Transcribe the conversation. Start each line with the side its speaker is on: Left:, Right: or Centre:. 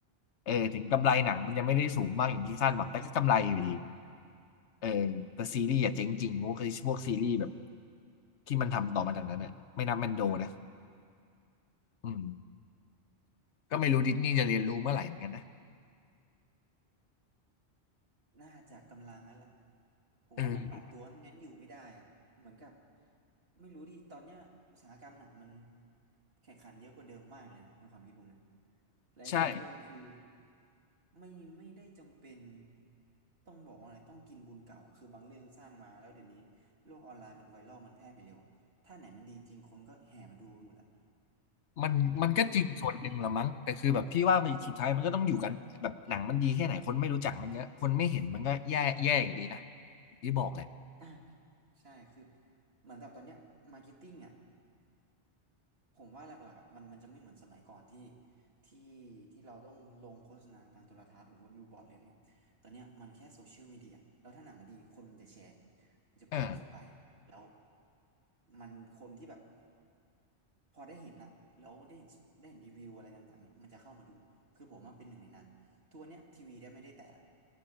Left: เออถึงกำไรหนังมันยังไม่ได้สูงมากอย่างที่คาดหวังแต่ก็กำไรอยู่ดีเออแต่ซีรีส์อะเจ๊งจริงพวกพวกซีรีส์แบบที่มันทำต่อมาจากนั้นเนี่ยไม่นับแมนโดนะ อืมก็ไม่รู้ดิสนีย์จะเรียนรู้เมื่อไหร่เหมือนกันนะ
Right: น่าจะกำลังแล้วล่ละผมว่ามันปรับตัวไม่งั้นอยู่ไม่ได้อะเหมือนกับ
Left: เออ
Right: ไม่รู้ดิตอนเนี้ยอุตสาหกรรมหนังมันแข่งขันเยอะกว่าเดิมมากเลยนะในความคิดผมเนี่ยหลายๆเรื่องคือ
Left: ใช่
Right: ไม่ไม่ได้จำเป็นต้องบอกว่าอะไรต้องกินบุญเก่าอะคือบางเรื่องสร้างมาแล้วเดี๋ยวนี้โลกออนไลน์มันไวรัลมันแพร่ไปเร็วอะถ้าไหนมันดีจริงคนก็แห่มาดูหมดละ
Left: มันมันก็จริงส่วนหนึ่งละมั้งแต่คือแบบพี่ว่ามันสุดท้ายมันก็ต้องอยู่กันแบบหนังมันดีแค่ไหนคนไม่รู้จักมันก็คนไม่เห็นมันก็แย่แย่อยู่ดีนะอย่างที่บอกแหละ
Right: ไม่ไม่อ่ะใช่คือเหมือนกับตอนเนี้ยมาร์เก็ตติ้งอ่ะ ผมว่าหลักๆอะมันมันจะไม่เหมือนสมัยก่อนที่ที่ที่เราต้องลงโฆษณาทางโทรทัศน์หรือว่าบิลบอร์ดเลยเนี่ยตอนเนี้ยมันแค่โซเชียลมีเดียแล้วถ้าหนังมันดีคนมันจะแชร์มันจะโพสต์ออกไปแล้ว
Left: เออ
Right: มันคนที่แบบพอได้เห็นละแล้วได้เห็นได้เห็นรีวิวอะไรต่างๆเนี่ยมันจะเข้ามาดูคือผมมันเป็นหนึ่งในนั้นทุกวันเนี้ยทีวีได้ไม่ได้แต่ละ